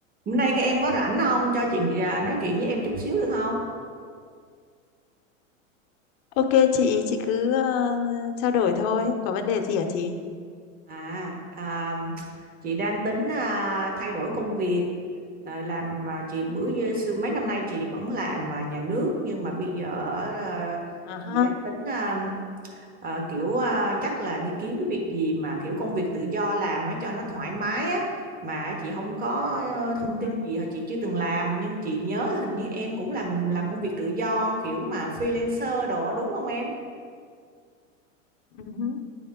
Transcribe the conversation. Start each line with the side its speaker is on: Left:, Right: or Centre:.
Right: Hôm nay các em có rảnh không? Cho chị à, nói chuyện với em chút xíu được không?
Left: Ok chị, chị cứ ờ, trao đổi thôi. Có vấn đề gì hả chị?
Right: À, à chị đang tính à, thay đổi công việc. À, làm à, chị
Left: Ừ,
Right: bữa giờ- xưa mấy năm nay chị vẫn làm à, nhà nước nhưng mà bây giờ à,
Left: À ha.
Right: chị đang tính à, à, kiểu à, chắc là đi kiếm cái việc gì mà kiểu công việc tự do làm á cho nó thoải mái á mà chị không có ờ, thông
Left: ừ,
Right: tin
Left: hứ,
Right: gì hoặc chị chưa từng làm nhưng chị nhớ là hình như em cũng làm làm
Left: ừ,
Right: công việc tự do kiểu mà freelancer đồ đúng không em?
Left: ừ. hứ.